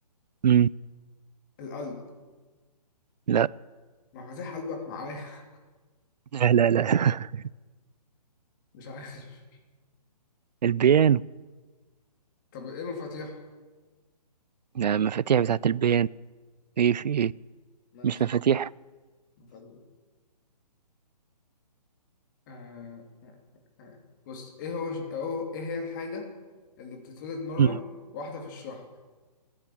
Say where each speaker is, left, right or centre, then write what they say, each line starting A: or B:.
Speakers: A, on the right; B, on the left.
A: مم.
B: القلب
A: لا
B: مفاتيح قلبك معايا <laughs>
A: لا لا لا <laughs>
B: مش عارف
A: البيانو
B: طب إيه مفاتيح؟
A: لا المفاتيح بتاعت البيانو ايه في ايه
B: ماشي
A: مش مفاتيح
B: مفاتيح آه آه آه. آه. بص ايه هو أو- ايه هي الحاجة اللي بتتولد مرة
A: مم.
B: واحدة في الشهر